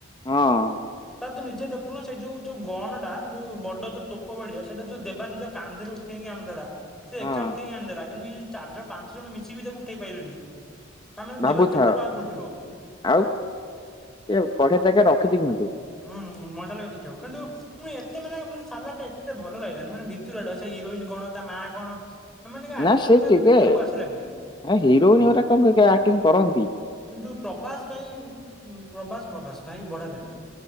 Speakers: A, on the left; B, in the centre.
A: ହଁ।
B: ତା ତୁ ନିଜେ ଦେଖୁନ ସେଇ ଯୋଉ ଯୋଉ ଗନଟା ଯୋଉ ବଡ ଯୋଉ ତୋପ ଭଳିଆ ସେଟା ଯୋଉ ଦେବା ନିଜ କାନ୍ଧରେ ଉଠେଇ ଆଣୁଥୁଲା ସେ
A: ହଁ
B: ଏକା ଉଠେଇ ଆଣିଦଲା କିନ୍ତୁ ଇଏ ଯୋଉ ଚାରି ଜ ପାଞ୍ଚ ଜଣ ମିଶିକି ବି ତାକୁ ଉଠେଇ ପାଇଲେନି। ତା ମାନେ
A: ଭାବୁଥାଅ
B: ଦେବା କେତେ ପାୱାରଫୁଲ ଥିବ।
A: ଆଉ ଇଏ ବଢିଆ ଜାଗାରେ ରଖିଚି କି
B: ହୁଁ ମଜା ଲାଗେ ଦେଖିବାକୁ କିନ୍ତୁ ମୁଁ ଏତେ ମାନେ ମାନେ ସାଲାରଟା ଏ ଏତେ ଭଲ ଲାଗିଲାନି ମାନେ ଭିତୁରୁଆଟା ସେ ହିରୋଇନ କଣ ତା ମାଆ କଣ। ଏମାନଙ୍କ ଆକ୍ଟିଂ
A: ନା ସେ
B: ମତେ ଏତେ
A: ଟିକେ
B: ଭିତରକୁ ଆସିଲାନି
A: ଆ ହିରୋଇନ ଗୁରା କଣ ଆଟିଙ୍ଗ୍ କରନ୍ତି
B: କିନ୍ତୁ ପ୍ରଭାସ ଭାଇ ପ୍ରଭାସ ପ୍ରଭାସ ଭାଇ ବଢିଆ ଲାଗିଲା।